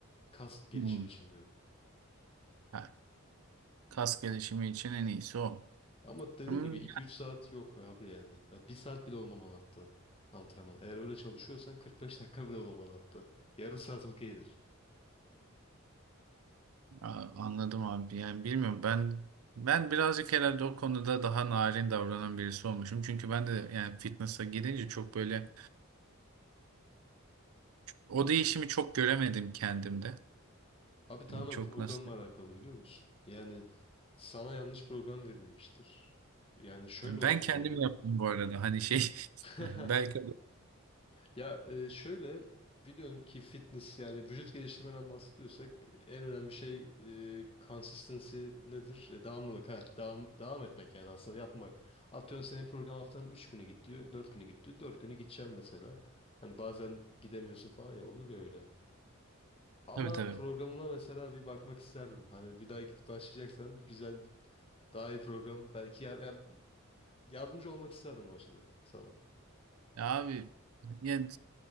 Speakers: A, on the left; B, on the right.
A: Kas gelişimi
B: Hmm.
A: için diyorum.
B: Ha, Kas gelişimi için en iyisi o.
A: Ama dediğim
B: Ama-
A: gibi iki üç saat yok abi yani. Ya Bir saat bile olmamalı hatta antrenman. Eğer öyle çalışıyorsan 45 dakika bile olmamalı hatta. Yarım saat okeydir.
B: A- Anladım abi. Yani bilmiyorum ben ben birazcık herhalde o konuda daha narin davranan birisi olmuşum. Çünkü ben de yani fitness'a girince çok böyle o değişimi çok göremedim kendimde.
A: Abi tamamen
B: Yani çok
A: programla
B: nasıl?
A: alakalı biliyor musun? Yani sana yanlış program verilmiştir. Yani şöyle
B: Ben
A: oluyor
B: kendim
A: bazen.
B: yaptım bu arada. Hani şey
A: <laughs>
B: <laughs> belki
A: Ya e, şöyle biliyorsun ki fitness yani vücut geliştirmeden bahsediyorsak en önemli şey e, consistency nedir? E, devamlılık ha. Devam, devam etmek yani aslında yapmak. Atıyorum senin program haftanın 3 günü git diyor, 4 günü git diyor. 4 günü gideceğim mesela. Hani bazen gidemiyorsun falan ya olur ya öyle. Ama
B: tabii tabii.
A: programına mesela bir bakmak isterdim. Hani bir daha git başlayacaksan güzel bir- daha iyi program belki yar- yani yardımcı olmak isterdim o açıda sana.
B: Ya abi yani